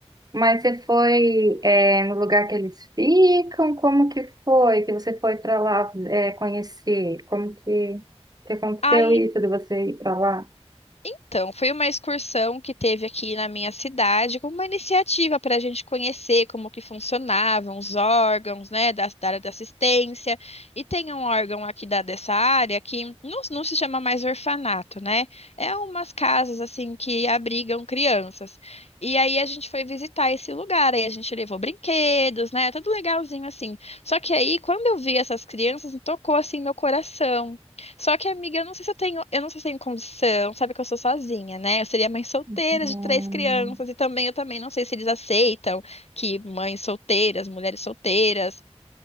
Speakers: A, on the right; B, on the left.
A: Mas você foi, é, no lugar que eles ficam? Como que foi que você foi para lá, é, conhecer? Como que, que aconteceu
B: Aí
A: isso de você ir para lá?
B: Então, foi uma excursão que teve aqui na minha cidade, como uma iniciativa para a gente conhecer como que funcionavam os órgãos, né, da, da área da assistência. E tem um órgão aqui da, dessa área que não, não se chama mais orfanato, né? É umas casas, assim, que abrigam crianças. E aí a gente foi visitar esse lugar, aí a gente levou brinquedos, né? Tudo legalzinho, assim. Só que aí, quando eu vi essas crianças, tocou, assim, meu coração. Só que, amiga, eu não sei se eu tenho, eu não sei se eu tenho condição, sabe que eu sou sozinha, né? Eu seria mãe solteira
A: Hum.
B: de três crianças e também eu também não sei se eles aceitam que mães solteiras, mulheres solteiras